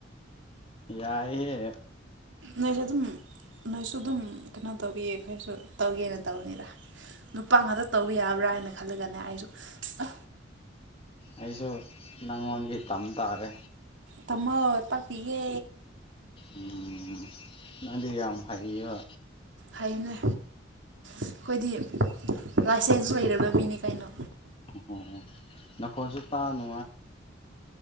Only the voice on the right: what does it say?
ꯅꯣꯏꯁꯨ ꯑꯗꯨꯝ ꯅꯣꯏꯁꯨ ꯑꯗꯨꯝ ꯀꯩꯅꯣ ꯇꯧꯋꯦ ꯑꯩꯈꯣꯏꯁꯨ ꯇꯧꯒꯦꯅ ꯇꯧꯕꯅꯤꯔ ꯅꯨꯄꯥ ꯉꯥꯛꯇ ꯇꯧꯕ ꯌꯥꯕ꯭ꯔꯥ ꯍꯥꯏꯅ ꯈꯜꯂꯒꯅꯦ ꯑꯩꯁꯨ ꯑ
ꯇꯃ ꯇꯥꯛꯄꯤꯌꯦ
ꯍꯥꯏꯕꯅꯦ ꯑꯩꯈꯣꯏꯗꯤ ꯂꯥꯏꯁꯦꯟꯁ ꯂꯩꯔꯕ ꯃꯤꯅꯤ ꯀꯩꯅꯣ